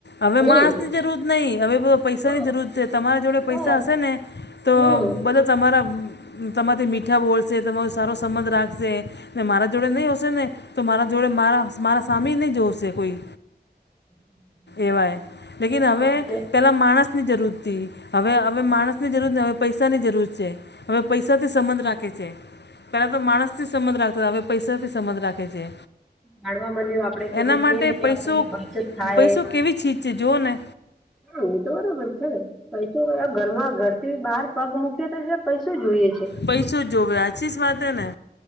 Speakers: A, on the left; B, in the centre.
A: હવે
B: હમ
A: માણસ ની જરૂર નહી હવે પૈસા
B: હમ
A: ની જરૂર છે તમારા જોડે
B: બસ
A: પૈસા હશે ને તો
B: હમ
A: બધા તમારા તમારથી મીઠા બોલશે તમારો સારો સંબંધ રાખશે ને મારા જોડે નહીં હશે ને તો મારા જોડે મારા મારા સામે નહીં જોશે કોઈ.
B: <unintelligible>
A: એવાય લેકિન
B: હા
A: હવે
B: આજે
A: પહેલાં માણસની જરૂર તી હવે હવે માણસ ની જરૂર ન હવે પૈસાની જરૂર છે. હવે પૈસાથી સંબંધ રાખે છે પેલા તો માણસ થી સંબંધ રાખતા હવે પૈસાથી સંબંધ રાખે છે.
B: જાણવા મળ્યું આપડે કે
A: એના
B: ભાઈ
A: માટે
B: કઈ રીતે
A: પૈસો
B: આપડે બચત થાય
A: પૈસો કેવી ચીજ છે જોવ ને
B: હા એ તો બરાબર છે. પૈસો ઘરમાં ઘર થી બહાર પગ મૂકી તો એટલે પૈસો જોઈએ છે.
A: પૈસો જ જોવે આછી જ વાત હે ને.